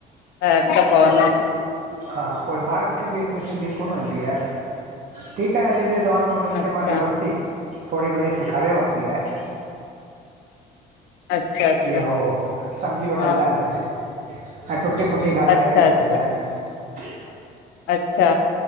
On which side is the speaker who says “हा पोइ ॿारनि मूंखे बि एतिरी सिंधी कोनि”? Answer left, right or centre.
Right